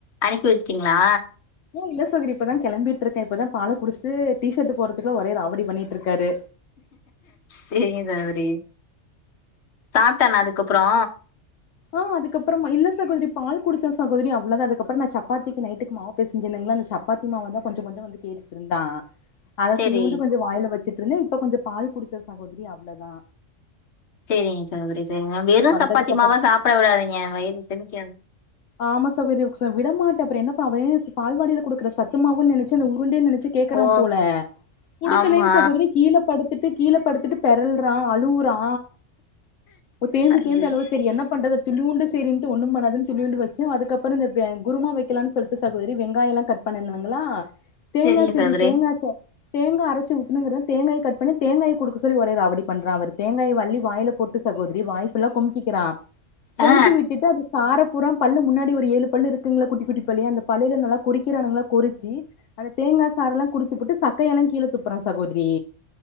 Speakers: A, on the left; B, on the left.
A: அனுப்பி வெச்சுட்டீங்களா
B: இல்ல சகோதரி இப்பதா கிளம்பிட்டு இருக்கே இப்பதா பால குடிச்சிட்டு டீ ஷர்ட் போறதுக்குள்ள ஒரே ரவடி பண்ணிட் ட்ருக்காரு
A: சேரிங்க சகோதிரி சாப்பிட்டான அதுக்கப்புறோ
B: ஓ அதுக்கப்புறம் இல்ல சகோதிரி பால் குடிச்சா சகோதிரி அவ்ளோதா அதுக்கப்புற நா சப்பாத்திக்கு நைட்டுக்கு மாவு பேசுஞ்சேன்னுங்களா அந்த சப்பாத்தி மாவு தா கொஞ்ச கொஞ்ச வந்து கேட்டுட்ருந்தா அத
A: சேரி
B: இத்தூனுட்டு கொஞ்ச வாயில வெச் வச்சிட்டு இருந்தே இப்ப கொஞ்ச பால் குடிச்ச சகோதரி அவ்ளதா
A: சேரிங்க சகோதரி சேரி‌ங்க வெறு
B: வந்ததுக்கப்புற
A: சப்பாத்தி மாவா சாப்ப சாப்ட விடாதீங்க வயிறு செமிக்காது
B: ஆமா சகோதரி விட மாட்டே அப்ற என்னப்பா அவன் பால்வாடில குடுக்குற சத்துமாவுனு நெனச்சு அந்த உருண்டேனு நெனச்சு கேக்குறா
A: ஓ
B: போல குடுக்கலன்னு
A: ஆமா
B: சகோதரி கீழ படுத்த விட்டு கீழ படுத்துட்டு பெரல்றா அழுவுறா ஓ தேம்பி
A: ஐயோ
B: தேம்பி அழுவுறா சரி என்ன பண்றது துழியூண்டு சேரிண்டு ஒன்னு பண்ணாதுன்னு துலியூண்டு வச்சு அதுக்கப்புற இந்த குருமா வெக்கலானு சொல்டு சகோதரி வெங்காயெல்லா கட் பண்ணணு ங்களா தேங்கா
A: சேரிங்க
B: சரி
A: சகோதரி
B: தேங்காச்சா தேங்கா அரச்சு ஊத்தணுங்குறே தேங்காய கட் பண்ணி தேங்காய குடுக்க சொல்லி ஒரே ராவடி பண்றா அவரு தேங்கா அள்ளி வாய்ல போட்டு சகோதரி வாய் ஃபுல்லா குமுகுக்கிறா கும்கி
A: ஆ
B: விட்டுட்டு அது சார அ பூரா பல்லு முன்னாடி ஒரு ஏழு பல்லு இருக்குங்ளா குட்டி குட்டி பல்லு அந்த பல்லுல நல்லா கொறிக்கிறானுங்கலா கொரிச்சு அந்த தேங்கா சாரெல்லா குடுச்சுபுட்டு சக்கய எல்லா கீழ துப்புறா சகோதரி